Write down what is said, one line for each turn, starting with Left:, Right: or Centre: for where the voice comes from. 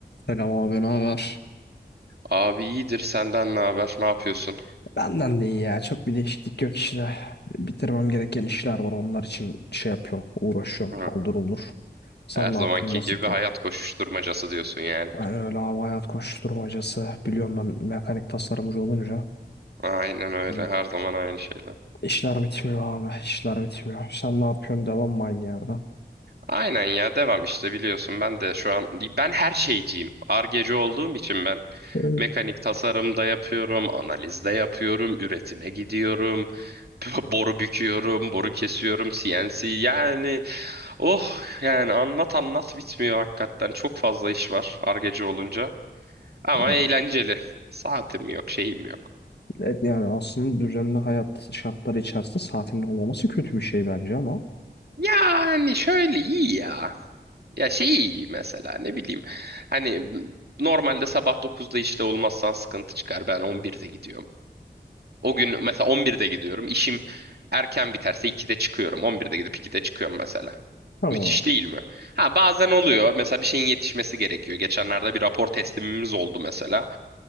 Left: Selam abi, ne haber?
Right: Abi iyidir senden ne haber? Ne yapıyorsun?
Left: Benden de iyi ya. Çok bir değişiklik yok işte. Bitirmem gereken işler var. Onlar için şey yapıyorum. Uğraşıyorum.
Right: Hı.
Left: Haldır olur. Sen
Right: Her
Left: ne
Right: zamanki
Left: yapıyorsun? Nasıl
Right: gibi
Left: gidiyor?
Right: hayat koşuşturmacası diyorsun yani.
Left: Yani öyle abi hayat koşuşturmacası. Biliyorum ben mekanik tasarımcı olunca.
Right: Aynen öyle.
Left: Bizim
Right: Her zaman aynı şeyler.
Left: işler bitmiyor abi. İşler bitmiyor. Sen ne yapıyorsun? Devam mı aynı yerden?
Right: Aynen ya devam işte biliyorsun ben de şu an ben her şeyciyim. Ar-Ge'ci olduğum için ben
Left: Evet.
Right: mekanik tasarımda yapıyorum, analizde yapıyorum, üretime gidiyorum, <laughs> boru büküyorum, boru kesiyorum, CNC yani oh yani anlat anlat bitmiyor hakikaten çok fazla iş var Ar-Ge'ci olunca ama
Left: Yani,
Right: eğlenceli. Saatim yok, şeyim yok.
Left: et- yani aslında düzenli hayat şartları içerisinde saatinin olmaması kötü bir şey bence ama.
Right: Yani şöyle iyi ya. Ya şey iyi mesela ne bileyim. Hani normalde sabah dokuzda işte olmazsan sıkıntı çıkar. Ben on birde gidiyorum. O gün mesela on birde gidiyorum. İşim erken biterse 2'de çıkıyorum. on birde gidip 2'de çıkıyorum mesela.
Left: ama
Right: Müthiş değil mi? Ha bazen oluyor. Mesela bir şeyin yetişmesi gerekiyor. Geçenlerde bir rapor teslimimiz oldu mesela.